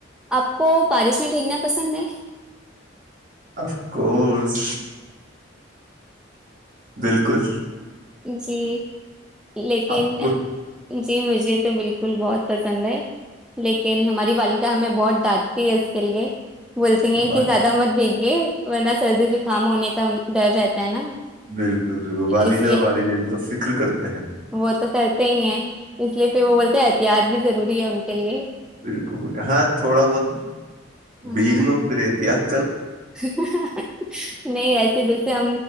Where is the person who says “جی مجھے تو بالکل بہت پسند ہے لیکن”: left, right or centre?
Centre